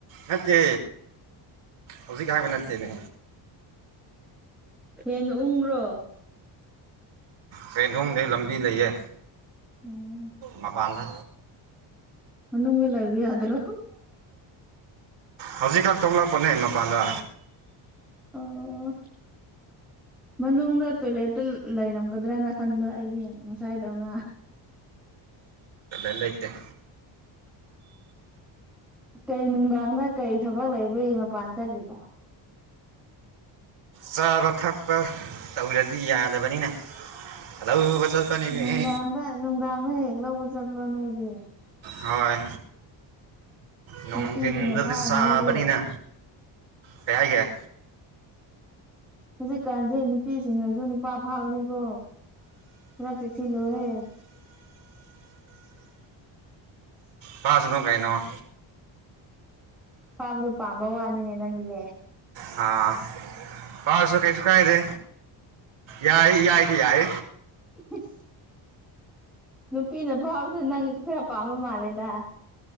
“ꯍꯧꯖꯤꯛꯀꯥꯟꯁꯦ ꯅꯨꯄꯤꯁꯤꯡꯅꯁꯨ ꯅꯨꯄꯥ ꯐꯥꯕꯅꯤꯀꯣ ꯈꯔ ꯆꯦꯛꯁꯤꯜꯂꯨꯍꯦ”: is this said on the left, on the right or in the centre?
Centre